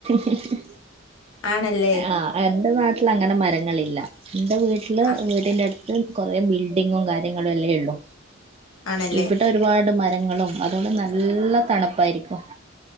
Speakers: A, on the right; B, on the left.
A: ഹ്
B: ആണല്ലേ
A: ആഹ് എന്റെ നാട്ടിൽ അങ്ങനെ മരങ്ങളില്ല എന്റെ വീട്ടില്
B: ആ
A: വീടിൻ്റെ അടു കൊറേ ബിൽഡിങ്ങും കാര്യങ്ങളും അല്ലേള്ളൂ
B: ആണല്ലേ
A: ഇവിടെ ഒരുപാട് മര ളും അതോണ്ട് നല്ല തണ്പ്പായിരിക്കും.